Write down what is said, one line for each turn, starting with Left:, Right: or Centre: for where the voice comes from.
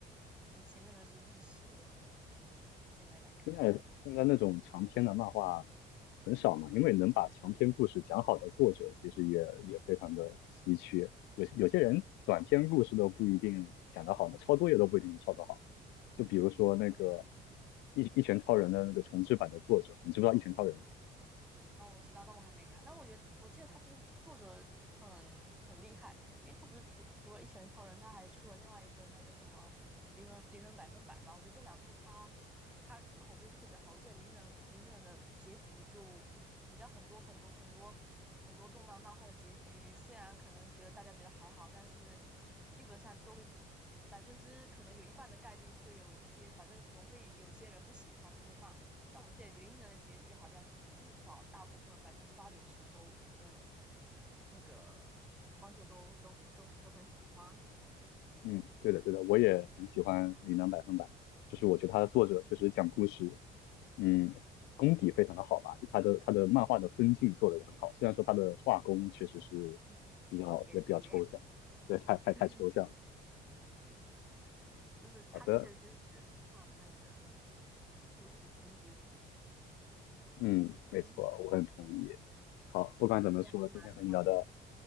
Centre: 就是以前真的是历史了。现在来看，
Left: 现在现在那种长篇的漫画很少嘛，因为能把长篇故事讲好的作者其实也也非常的稀缺。有有些人短篇故事都不一定讲得好呢，抄作业都不一定抄得好。就比如说那个
Centre: 对
Left: 一一拳超人的那个重制版的作者，你知不知道一拳超人？
Centre: 哦，我知道，但我还没看。但我觉得，我记得他这个作者很很厉害，因为他不是除除了《一拳超人》，他还出了另外一个那个什么《灵能灵能百分百》嘛。我觉得这两部他他口碑特别好。我记得《灵能》《灵能》的结局就，你知道很多很多很多很多动漫漫画的结局，虽然可能觉得大家觉得还好，但是基本上都会百分之可能有一半的概率会有一些，反正总会有些人不喜欢，都会骂。但我记得林能的结局好像至至少大部分百分之八九十都的那个观众都都都都很喜欢。
Left: 嗯，对的对的，我也很喜欢《琳能百分百》，就是我觉得他的作者确实讲故事嗯，功底非常的好吧，他的他的漫画的分镜做得也很好，虽然说他的画工确实是比较也比较抽象，
Centre: 嗯，简洁，
Left: 对，太太太抽象了。
Centre: <laughs> 就是他确实就是只看那个
Left: 好的，
Centre: 故事情节取胜。
Left: 嗯，
Centre: 嗯
Left: 没错，我很同意。好，不管怎么说，
Centre: 嗯，你要去忙了。
Left: 今天和你聊的，